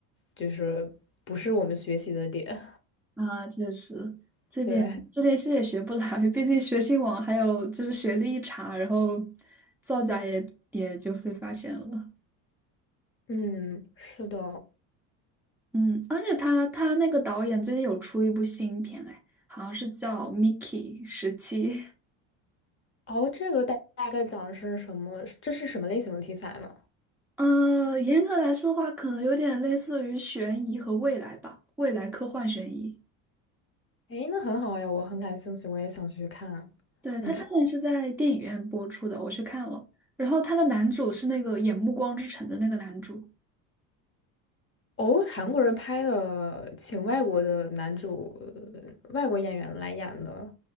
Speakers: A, on the left; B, in the centre.
A: 就是不是我们学习的点。
B: 啊，确实，
A: <laughs>
B: 这点这点其实也学不来，
A: 对，
B: <laughs> 毕竟学信网还有就是学历一查，然后造假也也就被发现了。
A: 嗯，是的。
B: 嗯，而且他他那个导演最近有出一部新片，哎，好像是叫《Mickey 十七》。
A: 哦，这个大大概讲的是什么？这是什么类型的题材呢？
B: 呃，严格来说的话，可能有点类似于悬疑和未来吧，未来科幻悬疑。
A: 诶，那很好呀，我很感兴趣，我也想去看。
B: 对，他之前是在电影院播出的，
A: 你看。
B: 我去看了。然后他的男主是那个演《暮光之城》的那个男主。
A: 哦，韩国人拍的，请外国的男主、外国演员来演的。